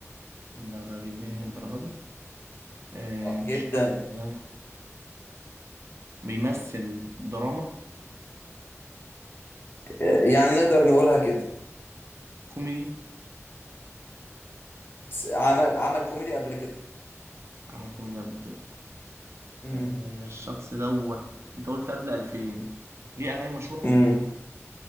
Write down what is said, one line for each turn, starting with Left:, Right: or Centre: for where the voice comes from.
Right: مدغدغ الدنيا الدرجة دي آه،
Left: اه
Right: الشخص
Left: جدا
Right: ده بيمثل دراما
Left: يعني نقدر نقولها كده
Right: كوميدي
Left: س- عمل عمل كوميدي قبل كده
Right: عمل كوميدي قبل كده
Left: امم
Right: آه، الشخص دوت انت قلت قبل 2000 ليه أغاني مشهورة؟
Left: امم